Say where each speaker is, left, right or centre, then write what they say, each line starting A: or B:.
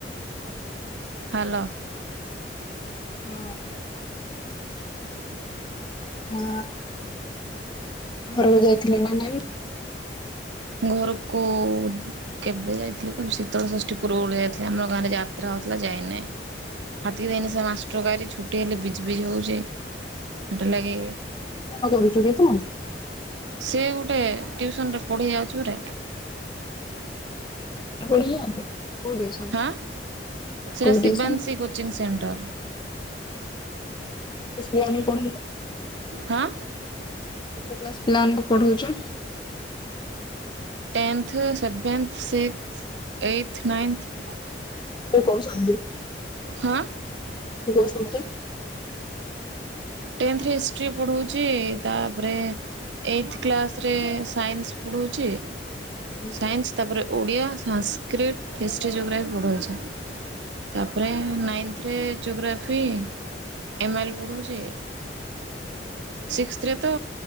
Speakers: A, on the right (about 90°); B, on the left (about 25°).
A: ହାଲୋ।
B: ହଁ। ହଁ ଘରକୁ ଯାଇଥିଲେ ନା ନାଇ।
A: ଘରୁକୁ। କେବେ ଯାଇଥିଲି କହିବି ଶୀତଳ ଷଷ୍ଠୀ ପୂର୍ବ ରୁ ଯାଇଥିଲି ଆମ ଗାଁରେ ଯାତ୍ରା ହଉଥିଲା ଯାଇନି। ହାତକି ଯାଇନି ସେ ମାଷ୍ଟର ଭାରି ଛୁଟି ହେଲେ ବିଜି ବିଜି ହଉଛି ସେଇଟାର ଲାଗି।
B: କଣ କରୁଛୁ କି ତୁ।
A: ସିଏ ଗୋଟେ ଟ୍ୟଉସନ ରେ ପଢ଼ି ଯାଉଛି ଗୁରେ।
B: କୋଉ ଟିଉସନ?
A: ହାଁ ସେଇଟା
B: କୋଉ
A: Shivanshi
B: ଟିଉସନ?
A: coaching centre.
B: <unintelligible>
A: ହାଁ।
B: କେତେ କ୍ଲାସ ପିଲା ମାନଙ୍କୁ ପଢଉଛ।
A: Tenth seventh six eighth ninth.
B: କୋଉ କୋଉ ସବଜେକ୍ଟ।
A: ହାଁ।
B: କୋଉ କୋଉ ସବଜେକ୍ଟ।
A: ଟେନ୍ଥରେ ହିଷ୍ଟ୍ରି ପଢ଼ଉଛି ତାପରେ। ଏଇଟ୍ଥ କ୍ଲାସ୍ ରେ ସାଇନ୍ସ ପଢ଼ଉଛି।
B: ହୁଁ।
A: ସାଇନ୍ସ ତା ପରେ ଓଡ଼ିଆ ସାସ୍କ୍ରିଟ୍ ହିଷ୍ଟ୍ରି ଜୋଗ୍ରାଫି ପଢ଼ଉଛି। ତାପରେ ନାଇନ୍ଥରେ ଜୋଗ୍ରାଫି ଏମ ଆଇ ଲ୍ ପଢ଼ଉଛି। ସିକ୍ସଥ ରେ ତ